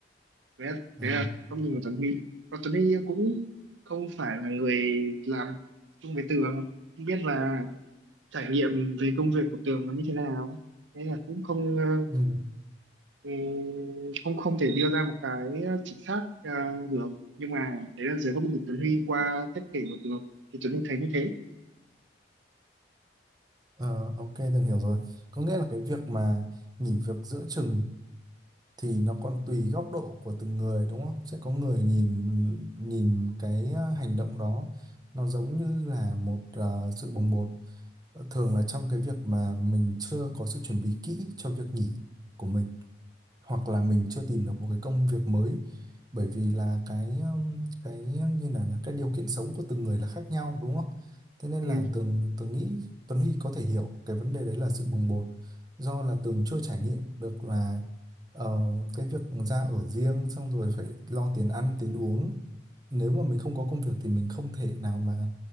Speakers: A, on the right (about 80°); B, on the right (about 20°).
A: đấy là,
B: ừ
A: đấy là góc nhìn của Tuấn Huy còn Tuấn Huy cũng không phải là người làm chung với Tường không biết là trải nghiệm về công việc của Tường nó như thế nào thế là cũng không ờ,
B: ừ
A: ừ, không không thể đưa ra một cái chính xác ờ, được nhưng mà đấy là dưới góc nhìn Tuấn Huy qua cách kể của Tường thì Tuấn Huy thấy như thế
B: Ờ, ok tôi hiểu rồi có nghĩa là cái việc mà nghỉ việc giữa chừng thì nó còn tùy góc độ của từng người đúng không sẽ có người nhìn nhìn cái ờ, hành động đó nó giống như là một ờ, sự bồng bột Ờ, thường là trong cái việc mà mình chưa có sự chuẩn bị kỹ cho việc nghỉ của mình hoặc là mình chưa tìm được một cái công việc mới bởi vì là cái um, cái như là cái điều kiện sống của từng người là khác nhau đúng không? Thế nên
A: ừ.
B: là Tường Tường nghĩ Tuấn Huy có thể hiểu cái vấn đề đấy là sự bồng bột do là Tường chưa trải nghiệm được là ờ, cái việc ra ở riêng xong rồi phải lo tiền ăn tiền uống nếu mà mình không có công việc thì mình không thể nào mà